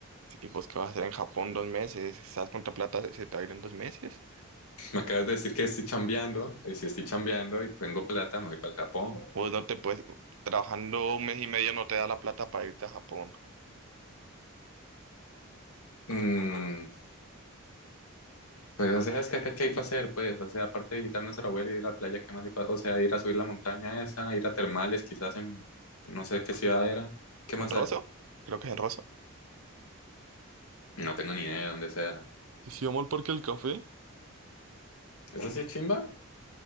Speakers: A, on the right; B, on the left.
A: Sí, ¿Y vos qué vas a hacer en Japón dos meses? ¿Sabes cuánta plata se se te va a ir en dos meses?
B: Me acabas de decir que estoy chambeando, y si estoy chambeando y tengo plata, me voy para el Japón.
A: Vos no te puedes... Trabajando un mes y medio no te da la plata para irte a Japón.
B: Mm, Pues, o sea, es que acá, ¿qué hay para hacer? Pues, o sea, aparte de visitar a nuestra abuela y ir a la playa, ¿qué más hay para O sea, ir a subir la montaña esa, ir a termales, quizás en no sé qué ciudad era. ¿Qué
A: ¿En
B: más
A: Rosso?
B: hay?
A: Creo que es en Rosso.
B: No tengo ni idea de dónde sea.
A: Si vamos al Parque del Café.
B: ¿Eso sí es chimba?